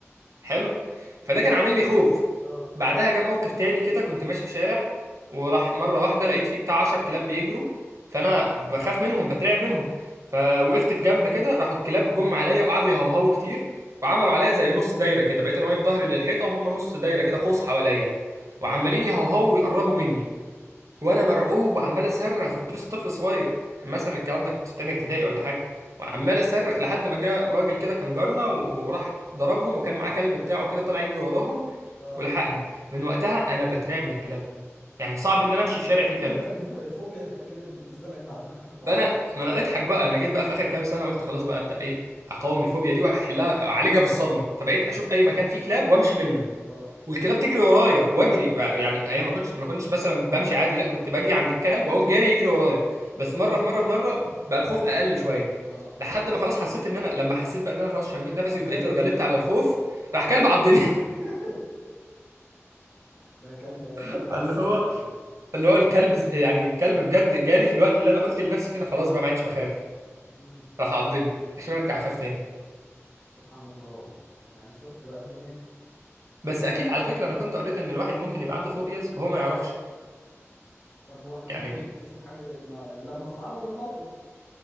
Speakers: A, on the right; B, in the centre.
A: حلو فده كان عامل لي خوف
B: اه
A: بعدها جه موقف تاني كده كنت ماشي في شارع وراح مره واحده لقيت فيه بتاع 10 كلاب بيجروا فانا بخاف منهم بترعب منهم فوقفت في جنب كده راحوا الكلاب جم عليا وقعدوا يهوهوا كتير وعملوا عليا زي نص دايره كده بقيت انا واقف ظهري للحيطه وهم نص دايره كده قوس حواليا وعمالين يهوهوا ويقربوا مني وانا مرعوب وعمال اصرخ كنت لسه طفل صغير كان مثلا الكلام ده كنت في تانية ابتدائي ولا حاجه وعمال اصرخ لحد ما جه راجل كده كان جارنا وراح ضربهم وكان معاه كلب بتاعه كده طلع يجري وراهم
B: اه
A: ولحقني من وقتها انا بترعب من الكلاب يعني صعب ان انا امشي في شارع
B: اظن
A: فيه كلب
B: انت الفو... الفوبيا اتاكدت بالنسبه لك بعد ما الكلب عض
A: فانا ما انا اضحك بقى انا جيت بقى في اخر كام سنه قلت خلاص بقى ابدا ايه اقاوم الفوبيا دي واحلها اعالجها بالصدمه فبقيت اشوف اي مكان فيه كلاب وامشي منه
B: اه
A: والكلاب تجري ورايا واجري يعني هي ما كنتش ما كنتش مثلا بمشي عادي لا كنت باجي عند الكلب واقوم جاري يجري ورايا بس مره
B: اه
A: في مره في مره بقى الخوف اقل شويه
B: اه
A: لحد ما خلاص حسيت ان انا لما حسيت بقى ان انا خلاص شميت نفسي
B: قام الكلب
A: وبقيت اتغلبت
B: مسكك عض
A: على الخوف راح كلب عضني
B: <laughs> ده كلب
A: <laughs>
B: كلب عسول
A: فاللي هو
B: ده
A: اللي هو الكلب ز- يعني الكلب بجد جالي في الوقت اللي انا قلت لنفسي فيه انا خلاص بقى ما عدتش بخاف
B: امم
A: راح عضني عشان ارجع اخاف تاني
B: سبحان الله والله يعني شفت بقى الدنيا
A: بس اكيد على فكره انا كنت قريت ان الواحد ممكن يبقى عنده فوبياز وهو ما يعرفش
B: طب واحنا ممكن
A: يعني
B: نكتشف حاجه زي ما... لما تتعرض الموقف